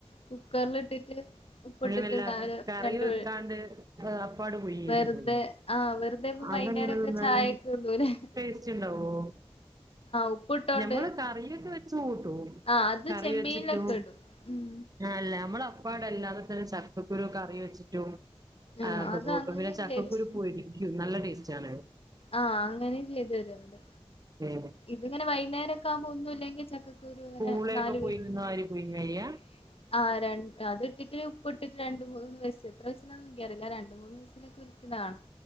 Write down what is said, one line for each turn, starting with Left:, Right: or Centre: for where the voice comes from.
Left: കുക്കറിലിട്ടിട്ട് ഉപ്പ്ട്ടിട്ട്
Right: അങ്ങനല്ല
Left: നാല്
Right: കറി
Left: രണ്ട്
Right: വെക്കാണ്ട് അപ്പാട് പുഴുങ്ങി
Left: വെറുതെ
Right: വെച്ചിട്ടില്ലേ
Left: ആഹ് വെറുതെ ഇപ്പ
Right: അതെങ്ങനെ
Left: വൈന്നേരൊക്കെ
Right: തിന്നാന്
Left: ചായക്ക് തിന്നൂലെ
Right: ടേസ്റ്റ് ഉണ്ടാവോ
Left: ഉപ്പിട്ടോണ്ട്
Right: ഞമ്മള് കറിയൊക്കെ വെച്ച് കൂട്ടു
Left: ആഹ് അത്
Right: കറി
Left: ചെമ്മീനിലൊക്കെ
Right: വെച്ചിട്ടു
Left: ഇടും ഉം
Right: ആല്ല നമ്മള് അപ്പണ് എല്ലാ <unintelligible> ചക്കക്കുരു കറി വെച്ചിട്ടും
Left: ആഹ്
Right: അതൊക്കെ
Left: അത്
Right: കൂട്ടും
Left: അങ്ങനെയും
Right: പിന്നെ ചക്കക്കൂരു
Left: തരും
Right: പുളി <unintelligible> നല്ല ടെസ്റ്റ് ആണ്
Left: ആഹ് അങ്ങനെ ചെയ്തു തരലുണ്ട്
Right: <unintelligible>
Left: ഇത്ങ്ങെനെ വൈന്നേരൊക്കാകുമ്പോ ഒന്നുല്ലെങ്കിൽ ചക്ക കുരു ഇങ്ങനെ
Right: പൂളയൊക്കെ
Left: നാല്
Right: പുഴുങ്ങുന്ന
Left: വിസിൽ <unintelligible>
Right: മാതിരി പുഴുങ്ങുവ ചെയ്യാ
Left: അത് ഇട്ടിട്ട് ഉപ്പ് ഇട്ടിട്ട് രണ്ട് മൂന്ന് വിസ്സിൽ എത്ര വിസ്സില എന്നൊന്നും എനിക്ക് അറില്ല രണ്ട് മൂന്ന് വിസിലൊക്കെ വിളിക്കുന്ന കാണാം